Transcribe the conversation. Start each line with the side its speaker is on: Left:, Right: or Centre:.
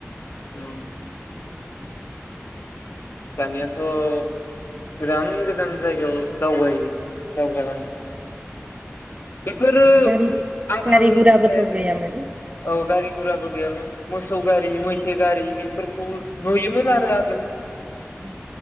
Left: औ दानियाथ' गोजान गोजान जायगायाव दावबायो। दावगालांङो। बेफोरो
Right: गारि
Left: आंखालनि
Right: गारि गुराबोथ'
Left: थाखाय
Right: गैयामोन
Left: औ गारि गुराबो गैयामोन। मोसौ गारि, मैसो गारि, बेफोरखौ नुयोमोन आरो। गोलो
Right: औ